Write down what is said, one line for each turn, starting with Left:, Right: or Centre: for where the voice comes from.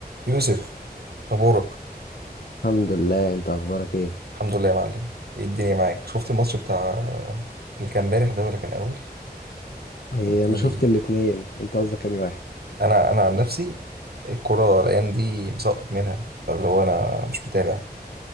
Right: يوسف اخبارك
Left: الحمد لله انت اخبارك ايه
Right: الحمد لله يا معلم ايه الدنيا معاك شفت الماتش بتاع اللي كان امبارح ده ولا كان اول
Left: ايه
Right: كان في
Left: انا شفت الاتنين انت قصدك انهي واحد
Right: انا انا عن نفسي الكرة الايام دي مسقط منها فاللي هو انا مش متابع